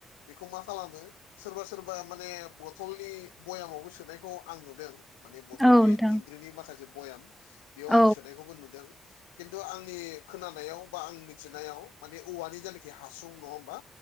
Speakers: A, on the left; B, in the centre.
A: बेखौ मा खालामो सोरबा सोरबा माने बथलनि भयामावबो सोनायखौ आं नुदों। माने बथलनि
B: औ नोंथां
A: दिंग्रिनि माखासे बयाम बेयाव
B: औ
A: आं सोनायखौबो नुदों खिन्थु आं आंनि खोनानायाव बा आं मिथिनायाव माने औवानि जायनाखि हासुं नङा होमबा?